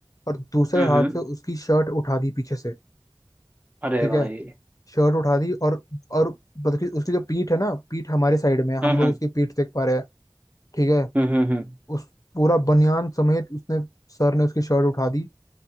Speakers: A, on the left; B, on the right.
A: और दूसरे
B: हाँ
A: हाथ से उसकी शर्ट उठा दी पीछे से
B: अरे
A: ठीक
B: भाई
A: है शर्ट उठा दी और और बल्कि उसकी जो पीठ है ना पीठ हमारे साइड में है हम
B: हाँ
A: लोग
B: हाँ
A: उसकी पीठ देख पा रहे हैं ठीक है
B: हाँ
A: उस पूरा बनियान समेत उसने सर ने उसकी शर्ट उठा दी